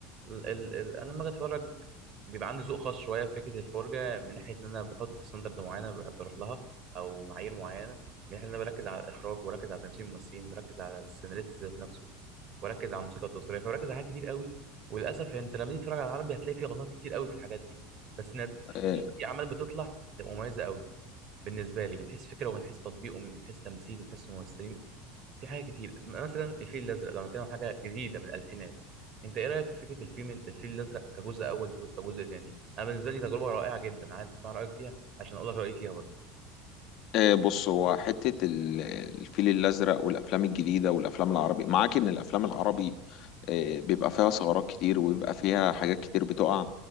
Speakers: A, on the right; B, on the left.
A: ال ال ال انا لما اجي اتفرج بيبقى عندي ذوق خاص شويه في فكره الفرجه من ناحيه ان انا بحط ستاندرد معينه بروح لها او معايير معينه من ناحيه ان انا بركز على الاخراج وبركز على تمثيل الممثلين بركز على السيناريست ذات نفسه بركز على الموسيقى التصويريه فبركز على حاجات كتير قوي وللاسف يعني انت لما تيجي تتفرج على العربي هتلاقي فيه غلطات كتير قوي في الحاجات دي بس نا- في
B: آه،
A: في في اعمال بتطلع بتبقى مميزه قوي بالنسبه لي من حيث فكره ومن حيث تطبيق ومن حيث تمثيل ومن حيث ممثلين في حاجات كتير مثلا الفيل الازرق لو بنتكلم عن حاجه جديده من الالفينات انت ايه رايك في فكره الفيلم الفيل الازرق كجزء اول وكجزء تاني انا بالنسبه لي تجربه رائعه جدا عايز اسمع رايك فيها عشان اقول لك رايي فيها برضه
B: آه، بص هو حتة ال- الفيل الأزرق والأفلام الجديدة والأفلام العربي معاك إن الأفلام العربي آه، بيبقى فيها ثغرات كتير وبيبقى فيها حاجات كتير بتقع